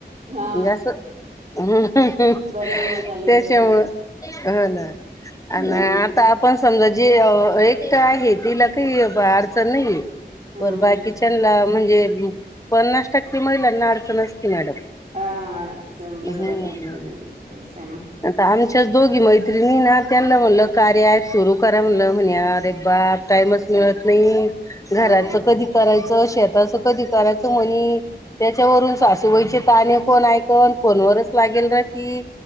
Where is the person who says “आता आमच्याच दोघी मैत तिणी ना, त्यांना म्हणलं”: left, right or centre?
Left